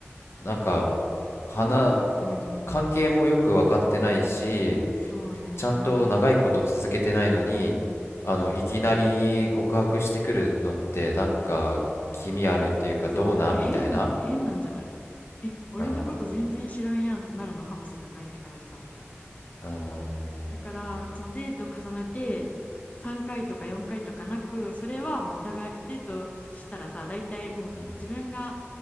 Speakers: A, on the left; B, on the left.
A: なんか、
B: うん、
A: 花、
B: どう、うんうん。
A: 関係もよく分かってないし、
B: そうね。
A: ちゃんと長いこと続けてないのに、あの、いきなり告白してくるのって、なんか、気味悪いっていうか、
B: そう、
A: どうなんみたいな。
B: 多分変、変なんじゃないえ、俺のこと全然知らんやんってなるのかもしれない相手からしたら。
A: うん。うん。
B: だからそのデート重ねて3回とか4回とかなくそれはもうお互いデートしたらさ大体もう自分が
A: うん。